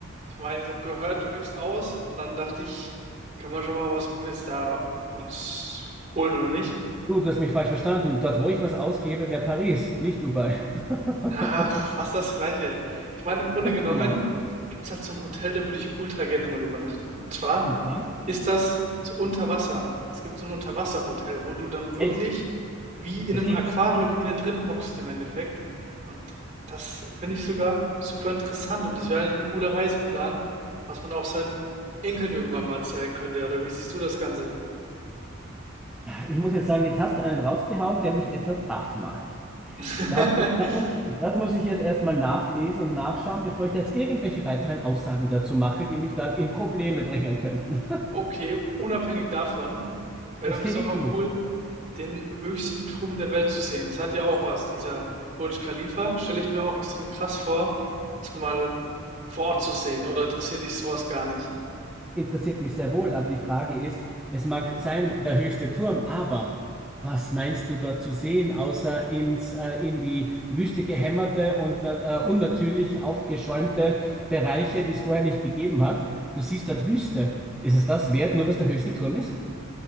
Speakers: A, on the right; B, in the centre.
A: Ich meine, ich habe gehört, du gibst aus und dann dachte ich, können wir schon mal was Gutes da uns holen oder nicht?
B: Du, du hast mich falsch verstanden. Dort, wo ich was ausgebe, wäre Paris, nicht Dubai. <laughs>
A: Ach, fast das Gleiche. Ich meine, im Grunde genommen
B: Genau.
A: gibt es halt so ein Hotel, da würde ich ultra gerne mal übernachten. Und zwar
B: Und zwar?
A: Ist das so unter Wasser? Es gibt so ein Unterwasserhotel, wo du dann wirklich
B: Echt?
A: wie in
B: Das
A: einem
B: gibt's.
A: Aquarium innen drin hockst im Endeffekt. Und das finde ich sogar super interessant. und das wäre eigentlich ein cooler Reiseplan, was man auch seinen Enkeln irgendwann mal erzählen könnte, oder wie siehst du das Ganze?
B: Ich muss jetzt sagen, jetzt hast du einen rausgehauen, der mich etwas baff macht.
A: <laughs>
B: Da, da muss, das muss ich jetzt erstmal nachlesen und nachschauen, bevor ich da jetzt irgendwelche weiteren Aussagen dazu mache, die mich dann in Probleme bringen könnten.
A: Okay, unabhängig davon, wäre
B: Es
A: doch
B: klingt
A: es doch mal
B: cool.
A: cool, den höchsten Turm der Welt zu sehen. Das hat ja auch was, dieser Burj Khalifa. Stelle ich mir auch extrem krass vor, das mal vor Ort zu sehen. Oder interessiert dich sowas gar nicht?
B: interessiert mich sehr wohl, aber die Frage ist, es mag sein, der höchste Turm, aber was meinst du dort zu sehen, außer ins, äh, in die Wüste gehämmerte und äh, äh, unnatürlich aufgeschäumte Bereiche, die es vorher nicht gegeben hat? Du siehst dort Wüste. Ist es das wert, nur weil es der höchste Turm ist?